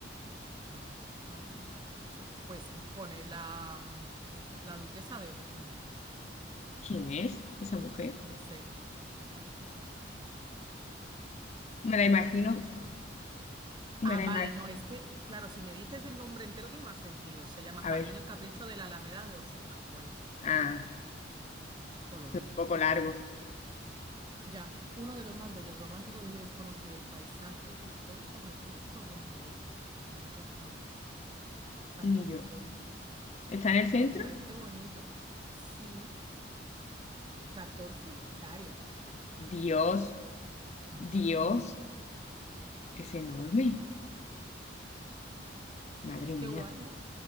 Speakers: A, on the right; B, on the left.
A: A ver, Parque del Capricho. Pues pone la, mm, la duquesa de Ozuna.
B: ¿Quién es esa mujer?
A: No sé. Parque El Capricho.
B: Me la
A: El
B: imagino,
A: Capricho.
B: me
A: Ah,
B: la
A: vale,
B: imagino.
A: no, es que, claro, si me dices el nombre entero tiene más sentido. Se llama
B: A
A: Jardín
B: ver,
A: El Capricho de la Alameda de Osuna. Bueno,
B: ah,
A: ya,
B: un
A: por lo menos.
B: poco largo.
A: Ya, uno de los más bellos, románticos y desconocidos paisajes históricos artísticos de Madrid. Pues nunca he estado. Jardín
B: Ni
A: histórico.
B: yo. ¿Está en el centro?
A: Oye, me parece bonito. Sí, 14 hectáreas.
B: Dios,
A: Es muchísimo,
B: Dios,
A: ¿no?
B: es enorme. Madre
A: Mm, Qué
B: mía.
A: guay, ¿no?